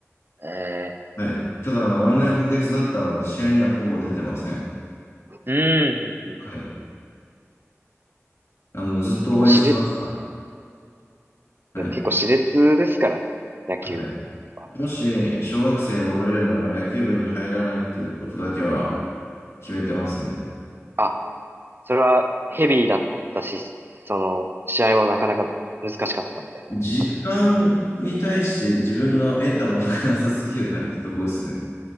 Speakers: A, on the right (about 45°); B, on the left (about 60°).
A: え
B: はい。ただ、あの、万年補欠だったので、試合にはほぼ出てません。
A: えうんうん。うんうん
B: はい。あの、ずっと応援してました。
A: 結構しれ、
B: はい。
A: でも結構熾烈ですからね、野球部と争いが。
B: はい。もし、小学生に戻れるなら、野球部に入らないっていうことだけは決めてますね。
A: あ、それはヘビーだったし、その、試合もなかなか難しかったみたいな感じ。
B: 時間に対して自分が得たものがなさすぎるなっていうところですね。